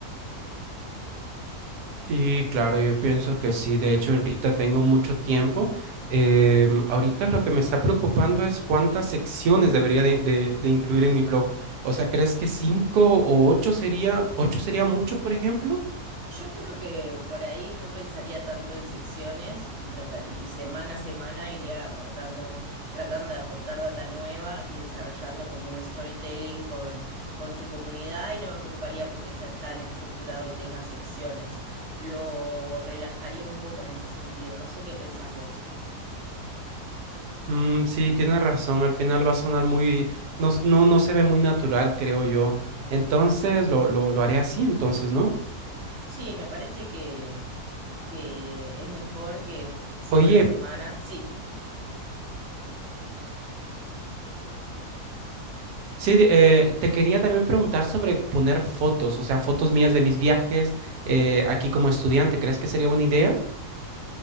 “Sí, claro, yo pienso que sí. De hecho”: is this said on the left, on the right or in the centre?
Right